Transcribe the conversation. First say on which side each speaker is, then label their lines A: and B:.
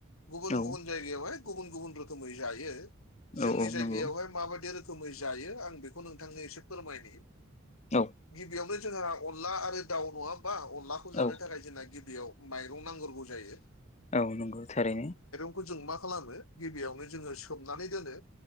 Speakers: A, on the left (about 80°); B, on the left (about 30°).
A: गुबुन
B: औ
A: गुबुन जायगायावहाय गुबुन गुबुन रोखोमै जायो
B: औ
A: जोंनि
B: औ
A: जायगायावहाय
B: नंगौ
A: माबायदि रो खोमै जायो आं बेखौ नोंथांनो एसे फोरमायनि।
B: औ
A: गिबियावनो जोंहा अनला आरो दाउ नङा ओमबा अनलाखौ जानो
B: औ
A: थाखाय जोंना गिबियाव माइरं नांग्रोगौ जायो।
B: औ नंगौ थारैनो।
A: खौ जों मा खालामो गिबियावनो जोङो सोमनानै दोनो